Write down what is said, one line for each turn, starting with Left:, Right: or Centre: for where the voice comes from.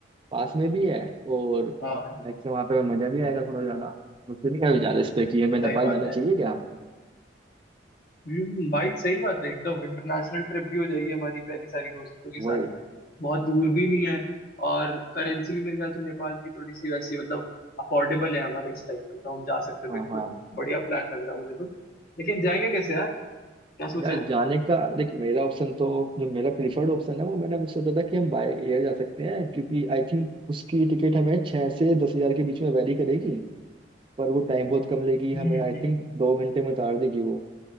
Right: पास में भी है और
Left: हाँ
Right: वैसे वहाँ पे हमें मजा भी आएगा थोड़ा ज्यादा उसके भी क्या विचार है इस पे कि हमें नेपाल
Left: सही बात
Right: जाना
Left: है
Right: चाहिए क्या
Left: हम्म भाई सही बात है एकदम इंटरनेशनल ट्रिप भी हो जाएगी हमारी पहली सारी दोस्तों के
Right: वही
Left: साथ में बहुत दूर
Right: वही
Left: भी नहीं है और करेंसी
Right: हाँ
Left: भी मेरे ख्याल से नेपाल की थोड़ी सी वैसी मतलब अफोर्डेबल है हमारे इस टाइम पे तो हम जा सकते हैं
Right: हाँ
Left: बिल्कुल
Right: हाँ
Left: बढ़िया प्लान लग रहा है मुझे तो लेकिन जाएंगे कैसे यार क्या सोचा
Right: यार
Left: है
Right: जाने का देख मेरा ऑप्शन तो जो मेरा प्रीफर्ड ऑप्शन है वो मैंने वो सोचा था कि हम बाय एयर जा सकते हैं क्योंकि आई थिंक उसकी टिकट हमें छह से दस हजार के बीच में वैरी करेगी पर वो टाइम बहुत कम लेगी
Left: हम्म
Right: हमें
Left: हम्म,
Right: आई थिंक दो घंटे में उतार देगी वो